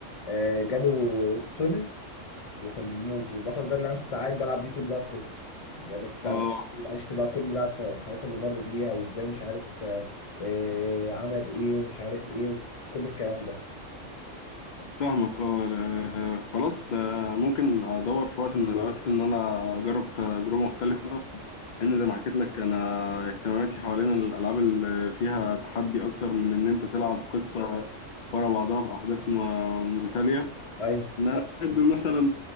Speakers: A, on the left; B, on the left.
A: آه، جاله السل وكان بيموت والبطل ده اللي انا كنت قاعد بلعب بيه طول بقى القصه ده انا كنت قاعد
B: اه
A: بلعب بيه وعشت بقى كل بقى الط- الحاجات اللي مر بيها وازاي مش عارف آه آه، عمل ايه ومش عارف ايه كل الكلام ده
B: فاهمك اه آه، خلاص آه، ممكن ادور في وقت من الاوقات ان انا اجرب تجربه مختلفه لان زي ما حكيت لك انا اهتماماتي حوالين الالعاب اللي فيها تحدي اكتر من ان انت تلعب قصه ورا بعضها باحداث م- متتاليه
A: اي
B: انا بحب مثلا